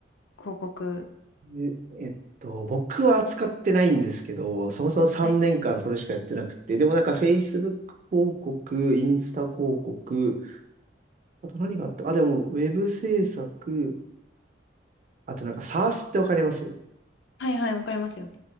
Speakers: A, on the left (about 70°); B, on the right (about 40°).
A: 広告。
B: ていう。えっと、僕は使ってないんですけど、そもそも3年間それしかやってなくて、
A: はい
B: でもなんか Facebook 広告、インスタ広告、あと何があったあ、でも、ウェブ制作、あとなんか SARS ってわかります
A: はいはい、わかりますよ。